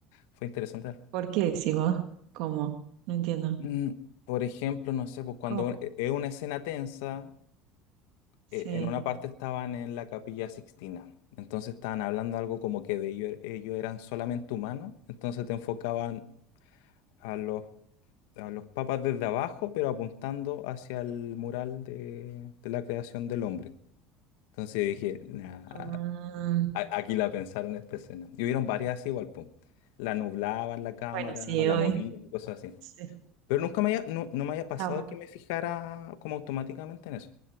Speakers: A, on the left (about 80°); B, on the right (about 70°).
A: fue interesante ver.
B: ¿Por qué decís vos? ¿Cómo? No entiendo.
A: Mm, Por ejemplo, no sé, pues cuando
B: ¿Cómo?
A: un- e- es una escena tensa,
B: Sí.
A: e- en una parte estaban en la Capilla Sixtina. Entonces estaban hablando algo como que de ellos, ellos eran solamente humanos, entonces te enfocaban a los a los papas desde abajo, pero apuntando hacia el mural de, de la creación del hombre. Entonces dije, "Nah,
B: Ah,
A: a- aquí la pensaron esta escena. Y hubieron varias así igual, pum. La nublaban la cámara,
B: bueno, sí,
A: la
B: obvio.
A: movían, y cosas así.
B: Sí.
A: Pero nunca me haya, no, no me haya pasado
B: Está bueno.
A: que me fijara como automáticamente en eso.